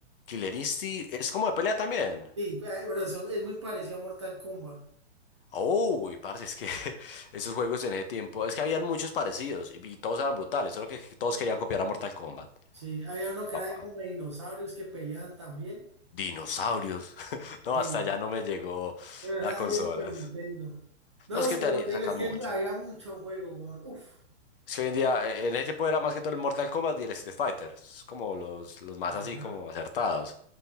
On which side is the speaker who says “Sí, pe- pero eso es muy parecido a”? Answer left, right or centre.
Right